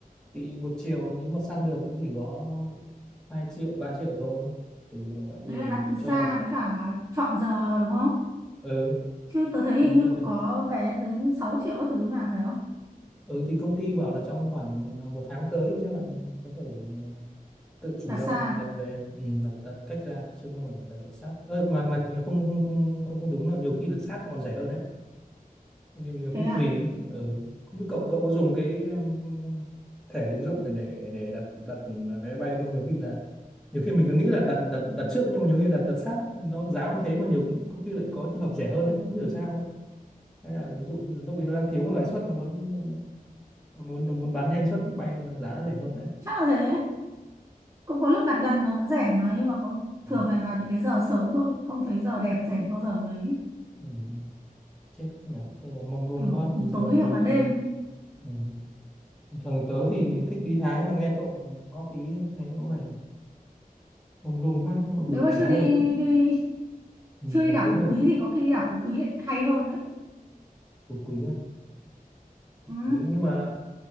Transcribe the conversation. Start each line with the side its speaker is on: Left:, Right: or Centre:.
Centre: thì một chiều nếu mà săn được cũng chỉ có 2 triệu 3 triệu thôi thì bây
Right: Đấy
Centre: giờ
Right: là
Centre: mình
Right: đặt
Centre: mình
Right: từ xa
Centre: cho
Right: với cả chọn giờ đúng không?
Centre: ừ
Right: Chứ tớ thấy
Centre: mình
Right: hình như
Centre: chưa
Right: cũng
Centre: được
Right: có vé đến 6 triệu các thứ mà phải không?
Centre: ừ thì công ty bảo là trong khoảng một tháng tới thì chắc là mình có thể tự chủ
Right: Đặt
Centre: động
Right: xa.
Centre: mình đặt về ừ, đặt đặt cách ra chứ không phải là đặt được sát ơ mà mà không không không không không đúng là nhiều khi đặt sát còn rẻ hơn đấy nhưng nhiều
Right: Thế
Centre: khi
Right: à?
Centre: tùy ừ. không biết cậu cậu có dùng cái um, thẻ tín dụng để để để đặt đặt vé bay không nhiều khi là nhiều khi mình cứ nghĩ là đặt đặt đặt trước nhưng mà nhiều khi đặt đặt sát ấy, nó giá vẫn thế mà nhiều có khi lại có trường hợp rẻ hơn đấy không hiểu sao đâu hay là ví dụ như là lúc ấy nó đang thiếu một loại suất nó muốn ờ, nó muốn nó muốn bán nhanh suất bay nó giá nó rẻ hơn đấy
Right: Chắc là thế. Cũng có lúc đặt gần nó vẫn rẻ mà nhưng mà có
Centre: ừ.
Right: thường là vào những cái giờ xấu thôi, không thấy giờ đẹp rẻ bao giờ mấy
Centre: Ừ. chết nhỉ bây giờ mông lung
Right: kiểu
Centre: quá bình thường
Right: tối hoặc
Centre: bình
Right: là đêm
Centre: thường ừ. bình thường thì tớ thì thích đi Thái mà nghe cậu góp ý thấy có vẻ mông lung quá mà
Right: nếu
Centre: mình
Right: mà
Centre: chả
Right: chưa đi
Centre: có lực
Right: đi
Centre: Ừ,
Right: chưa
Centre: mình
Right: đi đảo
Centre: đúng
Right: Phú
Centre: là
Right: Quý thì có khi đi đảo Phú Quý lại hay hơn đấy
Centre: của quý à
Right: ừ.
Centre: quý nhưng mà